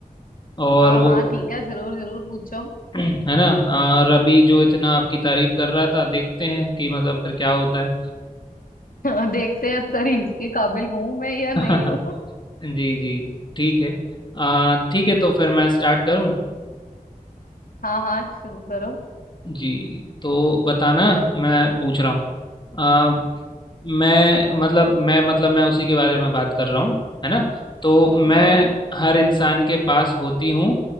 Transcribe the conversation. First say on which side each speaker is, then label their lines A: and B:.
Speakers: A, on the left (about 30°); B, on the left (about 75°).
A: और
B: हाँ
A: वो
B: हाँ ठीक है जरूर जरूर पूछो
A: <clears throat> है ना आ, रबी जो इतना आपकी तारीफ कर रहा था देखते हैं कि मतलब फिर क्या होता है
B: <laughs> देखते हैं तारीफ के काबिल हूं मैं या नहीं
A: <laughs>
B: हूँ <laughs>
A: जी जी ठीक है आ, ठीक है तो फिर मैं स्टार्ट करूं
B: हाँ हाँ शुरू करो
A: जी तो बताना मैं पूछ रहा हूँ आ, मैं मतलब मैं मतलब मैं उसी के बारे में बात कर रहा हूँ है ना तो मैं
B: हाँ
A: हर इंसान के पास होती हूँ